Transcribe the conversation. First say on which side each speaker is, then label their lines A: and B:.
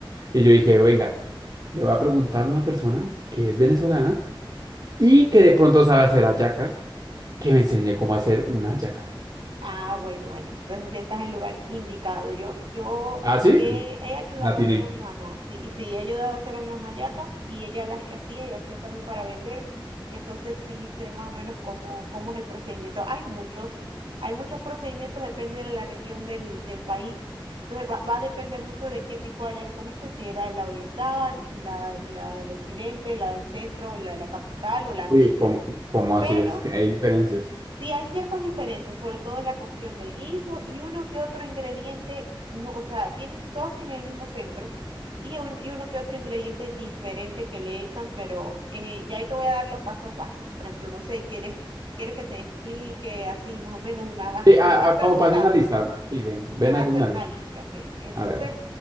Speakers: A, on the right; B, on the right.
A: Y yo dije, venga, le voy a preguntar a una persona que es venezolana y que de pronto sabe hacer hallacas, que me enseñe cómo hacer una hallaca.
B: Ah, bueno, bueno, entonces sí estás en el lugar indicado. Yo, yo
A: ¿Ah, sí?
B: he, he ayudado
A: La tiene.
B: a hacer a mi mamá, sí, sí, he ayudado a hacer a mi mamá yacas y ella las hacía y hacía también para vender. Entonces sí sé más o menos cómo, cómo es el procedimiento. Hay muchos, hay muchos procedimientos, depende de la región del, del país. Entonces va, va a depender mucho de qué tipo de hallaca comiste, si era la oriental, la, la del occidente, la del centro, la de la capital o la andina.
A: Uy, ¿cómo, cómo
B: Pero...
A: así es? que Hay diferencias.
B: Sí, hay ciertas diferencias, sobre todo en la cocción del guiso y uno que otro ingrediente, no, o sea, tienen, todas tienen el mismo centro y, un- y uno que otro ingrediente diferente que le echan, pero eh, ya ahí te voy a dar los pasos básicos. Por ejemplo, no sé, ¿quieres, quieres que te explique así más o menos? y Me vas,
A: Sí, a-
B: me vas
A: a-
B: preguntando,
A: como pase una lista. Sí, ven, ven,
B: te voy
A: hago
B: a hacer
A: una
B: una
A: lista.
B: lista, ¿ok? Entonces,
A: A ver.